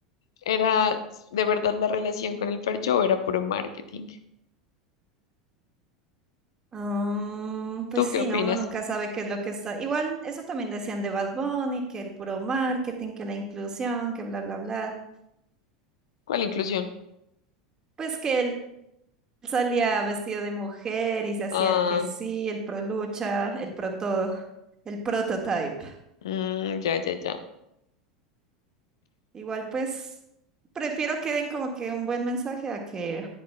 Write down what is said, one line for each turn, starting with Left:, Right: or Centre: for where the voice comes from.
Left: era de verdad la relación con el Fercho o era puro marketing.
Right: Mm, pues
Left: ¿Tú
Right: sí,
Left: qué opinas?
Right: no, uno nunca sabe qué es lo que está. Igual, eso también decían de Bad Bunny, que el puro marketing, que la inclusión, que bla, bla, bla.
Left: ¿Cuál inclusión?
Right: Pues que él salía vestido de mujer y se hacía
Left: Ah,
Right: el que sí, el pro lucha, el pro todo, el prototype.
Left: mm, ya, ya, ya.
Right: Igual, pues prefiero que den como que un buen mensaje a que